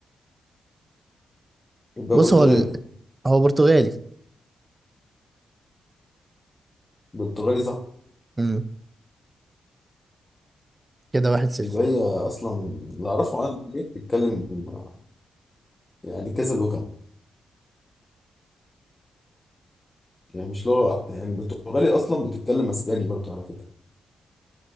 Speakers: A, on the left; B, on the right.
A: يبقى
B: بص
A: برتغالي
B: هو ال... هو برتغالي
A: برتغالي صح
B: امم كده واحد صفر
A: يبقى هي أصلا اللي أعرفه عنها إن هي بتتكلم آه، يعني كذا لغة يعني مش لغة واحدة يعني برتغالي أصلا بتتكلم أسباني برضه على فكرة